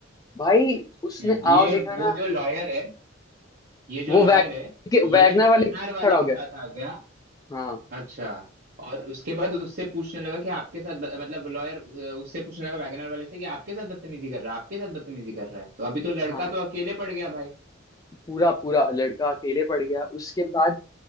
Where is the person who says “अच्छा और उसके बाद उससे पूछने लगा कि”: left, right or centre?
Right